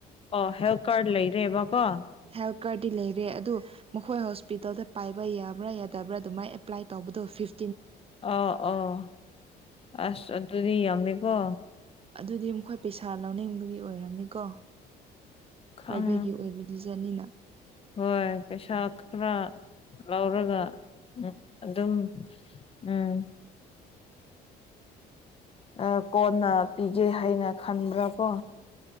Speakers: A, on the left (about 35°); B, on the right (about 35°).
A: ꯑꯣ ꯍꯦꯜꯊ ꯀꯥꯔꯗ ꯂꯩꯔꯦꯕꯀꯣ
B: ꯍꯦꯜ ꯀꯥꯔꯗꯤ ꯂꯩꯔꯦ ꯑꯗꯨ ꯃꯈꯣꯏ ꯍꯣꯁꯄꯤꯇꯥꯜꯗ ꯄꯥꯏꯕ ꯌꯥꯕ꯭ꯔꯥ ꯌꯥꯗꯕ꯭ꯔꯥ ꯑꯗꯨꯃꯥꯏꯅ ꯑꯦꯄ꯭ꯂꯥꯏ ꯇꯧꯕꯗꯣ ꯐꯤꯐ
A: ꯑꯣ ꯑꯣ ꯑꯁ ꯑꯗꯨꯗꯤ ꯌꯥꯝꯃꯦꯀꯣ
B: ꯑꯗꯨꯗꯤ ꯃꯈꯣꯏ ꯄꯩꯁꯥ ꯂꯧꯅꯤꯡꯕꯒꯤ ꯑꯣꯏꯔꯝꯅꯤꯀꯣ
A: ꯈꯪ
B: ꯄ꯭ꯔꯥꯏꯚꯦꯠꯀꯤ ꯑꯣꯏꯕꯗꯤ ꯗꯅꯤꯅ
A: ꯍꯣꯏ ꯄꯩꯁꯥ ꯈꯔ ꯂꯧꯔꯒ ꯎꯝ ꯑꯗꯨꯝ ꯎꯝ ꯑ ꯀꯣꯟꯅ ꯄꯤꯒꯦ ꯍꯥꯏꯅ ꯈꯟꯕ꯭ꯔꯥ ꯀꯣ